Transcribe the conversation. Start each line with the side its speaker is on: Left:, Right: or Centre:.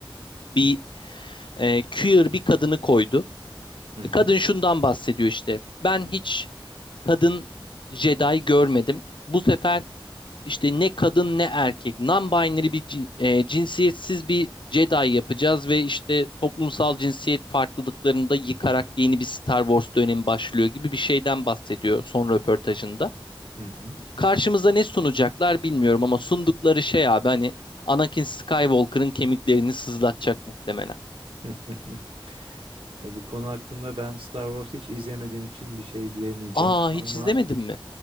Left: bir e, queer bir kadını koydu.
Right: Hı hı.
Left: Kadın şundan bahsediyor işte. Ben hiç kadın Jedi görmedim. Bu sefer işte ne kadın ne erkek, non-binary bir cin- e, cinsiyetsiz bir Jedi yapacağız ve işte toplumsal cinsiyet farklılıklarını da yıkarak yeni bir Star Wars dönemi başlıyor gibi bir şeyden bahsediyor son röportajında.
Right: Hı hı.
Left: Karşımıza ne sunacaklar bilmiyorum ama sundukları şey abi hani Anakin Skywalker'ın kemiklerini sızlatacak muhtemelen.
Right: <laughs> E, Bu konu hakkında ben Star Wars hiç izlemediğim için bir şey diyemeyeceğim
Left: Aa
Right: ama
Left: hiç izlemedin mi?